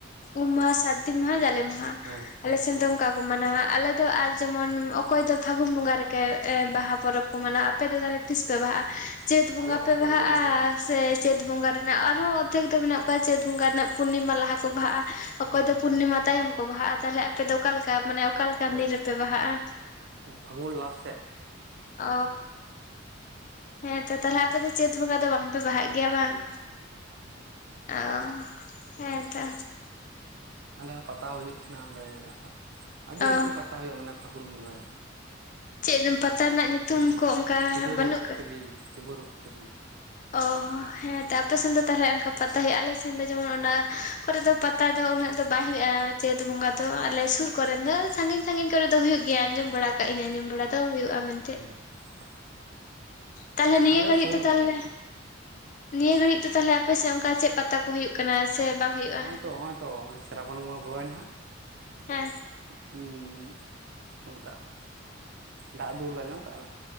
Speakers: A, on the left; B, on the right.
A: ᱩᱢ ᱢᱟᱦᱟ ᱥᱟᱹᱨᱫᱤ ᱢᱟᱦᱟ ᱡᱟᱞᱮ ᱢᱟᱦᱟ
B: ᱦᱮᱸ
A: ᱟᱞᱮ ᱥᱮᱱ
B: ᱦᱩᱸ
A: ᱫᱚ ᱚᱱᱠᱟ ᱠᱚ ᱢᱟᱱᱟᱣᱟ ᱟᱞᱮ ᱫᱚ ᱟᱨ ᱡᱮᱢᱚᱱ ᱚᱠᱚᱭ ᱫᱚ ᱯᱷᱟᱹᱜᱩᱱ ᱵᱚᱸᱜᱟ ᱨᱮᱜᱮ ᱮ ᱵᱟᱦᱟ ᱯᱚᱨᱚᱵᱽ ᱠᱚ ᱢᱟᱱᱟᱣᱟ ᱟᱯᱮ ᱫᱚ ᱛᱟᱦᱚᱞᱮ ᱛᱤᱥ ᱯᱮ ᱵᱟᱦᱟᱜᱼᱟ ᱪᱟᱹᱛ ᱵᱚᱸᱜᱟ
B: ᱟᱞᱮ ᱦᱚᱸ
A: ᱯᱮ ᱵᱟᱦᱟᱜᱼᱟ
B: ᱯᱷᱟᱹᱜᱩᱱ
A: ᱥᱮ ᱪᱟᱹᱛ ᱵᱚᱸᱜᱟ ᱨᱮᱱᱟᱜ ᱟᱨᱦᱚᱸ ᱚᱨᱫᱷᱮᱠ ᱫᱚ ᱢᱮᱱᱟᱜ ᱠᱚᱣᱟ ᱪᱟᱹᱛ ᱵᱚᱸᱜᱟ ᱨᱮᱱᱟᱜ ᱯᱩᱨᱱᱤᱢᱟ ᱞᱟᱦᱟ ᱠᱚ ᱵᱟᱦᱟᱜᱼᱟ᱾ ᱚᱠᱚᱭ
B: ᱦᱩᱸ
A: ᱫᱚ
B: ᱦᱩᱸ
A: ᱯᱩᱨᱱᱤᱢᱟ ᱛᱟᱭᱚᱢ ᱠᱚ ᱵᱟᱦᱟᱜᱼᱟ᱾ ᱛᱟᱦᱚᱞᱮ ᱟᱯᱮ ᱫᱚ ᱚᱠᱟ ᱞᱮᱠᱟ ᱢᱟᱱᱮ ᱚᱠᱟ ᱞᱮᱠᱟᱱ
B: ᱳᱭ
A: ᱫᱤᱱ ᱨᱮᱯᱮ ᱵᱟᱦᱟᱜᱼᱟ?
B: ᱯᱷᱟᱹᱜᱩᱱ ᱞᱟᱥ ᱥᱮᱫ᱾
A: ᱚᱻ ᱦᱮᱸ ᱛᱚ ᱛᱟᱦᱚᱞᱮ ᱟᱯᱮ ᱫᱚ ᱪᱟᱹᱛ ᱵᱚᱸᱜᱟ ᱫᱚ ᱵᱟᱝ ᱯᱮ ᱵᱟᱦᱟᱜ ᱜᱮᱭᱟ ᱵᱟᱝ? ᱚ ᱦᱮᱸ ᱛᱚ᱾
B: ᱟᱞᱮ ᱦᱚ ᱯᱟᱛᱟ ᱦᱩᱭᱩᱜ ᱛᱟᱸᱦᱮᱱᱟ ᱚᱸᱰᱮ ᱟᱹᱰᱤ
A: ᱚ
B: ᱞᱟᱹᱴᱩ ᱯᱟᱛᱟ ᱦᱩᱭᱩᱜᱼᱟ ᱢᱟᱱᱮ ᱯᱷᱟᱹᱜᱩᱱ ᱵᱚᱸᱜᱟ ᱨᱮ᱾
A: ᱪᱮᱫ ᱯᱟᱛᱟ ᱨᱮᱱᱟᱜ ᱧᱩᱛᱩᱢ
B: ᱥᱤᱜ
A: ᱠᱚ ᱚᱱᱠᱟ
B: ᱥᱤᱵᱚᱨᱚᱛᱨᱤ
A: ᱵᱟᱹᱱᱩᱜ
B: ᱥᱤᱵᱚᱨᱚᱛᱨᱤ᱾
A: ᱚᱻ ᱦᱮᱸ ᱛᱚ ᱟᱯᱮ ᱥᱮᱱ ᱫᱚ ᱛᱟᱦᱚᱞᱮ ᱚᱱᱠᱟ ᱯᱟᱛᱟ ᱦᱩᱭᱩᱜᱼᱟ ᱟᱞᱮ ᱥᱮᱱ ᱫᱚ ᱡᱮᱢᱚᱱ ᱚᱱᱟ ᱠᱚᱨᱮ ᱫᱚ ᱯᱟᱛᱟ ᱫᱚ ᱩᱱᱟᱹᱜ ᱫᱚ ᱵᱟᱭ ᱦᱩᱭᱩᱜᱼᱟ᱾ ᱪᱟᱹᱛ ᱵᱚᱸᱜᱟ ᱫᱚ ᱟᱞᱮ ᱥᱩᱨ ᱠᱚᱨᱮᱱ ᱫᱚ ᱥᱟᱺᱜᱤᱧ ᱥᱟᱺᱜᱤᱧ ᱠᱚᱨᱮ ᱫᱚ ᱦᱩᱭᱩᱜ ᱜᱮᱭᱟ ᱟᱸᱡᱚᱢ ᱵᱟᱲᱟ ᱟᱠᱟᱫ ᱤᱧ ᱟᱸᱡᱚᱢ ᱵᱟᱲᱟ ᱫᱚ ᱦᱩᱭᱩᱜᱼᱟ ᱢᱮᱱ ᱛᱮ᱾
B: <inaudible>
A: ᱛᱟᱦᱚᱞᱮ ᱱᱤᱭᱟᱹ
B: ᱟᱞᱮ
A: ᱜᱷᱟᱹᱲᱤᱡ
B: ᱥᱩᱨ
A: ᱫᱚ
B: ᱨᱮᱜᱮ
A: ᱛᱟᱦᱚᱞᱮ ᱱᱤᱭᱟᱹ ᱜᱷᱟᱹᱲᱤᱡ ᱫᱚ ᱛᱟᱦᱚᱞᱮ ᱟᱯᱮ ᱥᱮᱫ ᱚᱱᱠᱟ ᱪᱮᱫ ᱯᱟᱛᱟ ᱦᱩᱭᱩᱜ ᱠᱟᱱᱟ? ᱥᱮ ᱵᱟᱝ ᱦᱩᱭᱩᱜᱼᱟ
B: ᱦᱚᱸᱜᱼᱚᱭ ᱛᱚ ᱱᱚᱜᱼᱚᱭ ᱛᱚ ᱱᱚᱜᱼᱚᱭ ᱥᱨᱟᱵᱚᱱ ᱵᱚᱸᱜᱟ ᱵᱚᱞᱚᱭᱮᱱᱟ ᱦᱟᱸᱜ
A: ᱦᱮᱸ
B: ᱦᱩᱸ ᱪᱮᱫ ᱠᱚ ᱢᱮᱛᱟᱜᱼᱟ ᱫᱟᱜ ᱫᱩᱞ ᱟᱸᱡᱚᱢ ᱠᱟᱜ ᱵᱮᱱ?